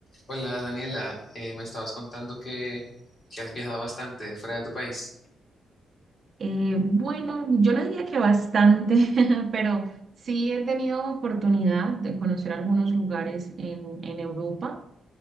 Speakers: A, on the left; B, on the right.
A: Hola Daniela, Eh, me estabas contando que, que has viajado bastante fuera de tu país.
B: Eh, bueno, yo no diría que bastante, <laughs> pero sí he tenido oportunidad de conocer algunos lugares en, en Europa.